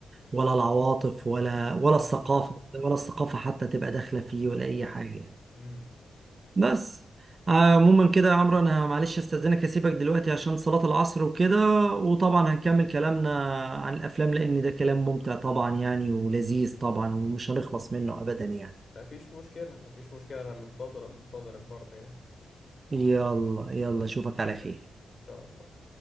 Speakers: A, on the right (about 40°); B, on the left (about 45°).
A: ولا العواطف ولا ولا
B: اه
A: الثقافة <laughs> ولا الثقافة حتى تبقى داخلة فيه ولا أي حاجة
B: امم
A: بس عموما كده يا عمرو أنا معلش أستأذنك أسيبك دلوقتي عشان صلاة العصر وكده وطبعا هنكمل كلامنا عن الأفلام لأن ده كلام ممتع طبعا يعني ولذيذ طبعا ومش هنخلص منه أبدا يعني
B: مفيش مشكلة مفيش مشكلة أنا منتظرك منتظرك برضه يعني إن
A: يلا يلا أشوفك على خير
B: شاء الله